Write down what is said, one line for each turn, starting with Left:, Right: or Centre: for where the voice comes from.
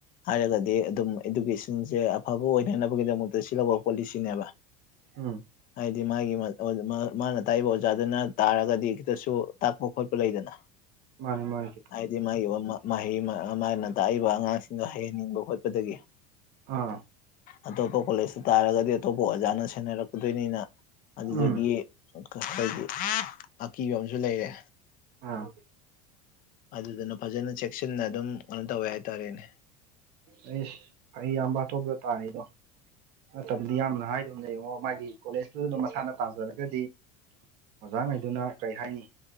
Left: ꯍꯥꯏꯔꯒꯗꯤ ꯑꯗꯨꯝ ꯏꯗꯨꯀꯦꯁꯟꯁꯦ ꯑꯐꯕ ꯑꯣꯏꯅꯅꯕꯒꯤꯗꯃꯛꯇ ꯁꯤꯂꯛꯄ ꯄꯣꯂꯤꯁꯤꯅꯦꯕ
Right: ꯎꯝ
Left: ꯍꯥꯏꯗꯤ ꯃꯥꯒꯤ ꯃꯥꯅ ꯇꯥꯛꯏꯕ ꯑꯣꯖꯥꯗꯨꯅ ꯇꯥꯔꯒꯗꯤ ꯈꯤꯇꯁꯨ ꯇꯥꯛꯄ ꯈꯣꯠꯄ ꯂꯩꯗꯅ
Right: ꯃꯥꯅꯦ ꯃꯥꯅꯦ
Left: ꯍꯥꯏꯗꯤ ꯃꯥꯒꯤ ꯃꯍꯩ ꯃꯥꯅ ꯇꯥꯛꯏꯕ ꯑꯉꯥꯡꯁꯤꯡꯒ ꯍꯩꯍꯟꯅꯤꯡꯕ ꯈꯣꯠꯄꯗꯒꯤ
Right: ꯑꯥ
Left: ꯑꯗꯣꯄ ꯀꯣꯂꯦꯁ ꯇꯥꯔꯒꯗꯤ ꯑꯇꯣꯞꯄ ꯑꯣꯖꯥꯅ ꯁꯦꯟꯅꯔꯛꯀꯗꯣꯏꯅꯤꯅ ꯑꯗꯨꯗꯨꯒꯤ
Right: ꯎꯝ
Left: ꯍꯥꯏꯗꯤ ꯑꯀꯤꯕ ꯑꯃꯁꯨ ꯂꯩꯔꯦ꯫
Right: ꯑꯥ
Left: ꯑꯗꯨꯗꯨꯅ ꯐꯖꯅ ꯆꯦꯛꯁꯤꯟꯅ ꯑꯗꯨꯝ ꯀꯩꯅꯣ ꯇꯧꯋꯦ ꯍꯥꯏꯇꯥꯔꯦꯅꯦ꯫
Right: ꯑꯩꯁ ꯐꯔꯤ ꯌꯥꯝꯕ ꯑꯇꯣꯞꯄꯗ ꯇꯥꯔꯤꯗꯣ ꯃꯇꯝꯗꯤ ꯌꯥꯝꯅ ꯍꯥꯏꯗꯨꯅ ꯌꯦꯡꯉꯣ ꯃꯥꯒꯤ ꯀꯣꯂꯦꯖꯇꯨꯗꯅꯝ ꯃꯁꯥꯅ ꯇꯥꯟꯖꯔꯒꯗꯤ꯫ ꯑꯣꯖꯥꯉꯩꯗꯨꯅ ꯀꯔꯤ ꯍꯥꯏꯅꯤ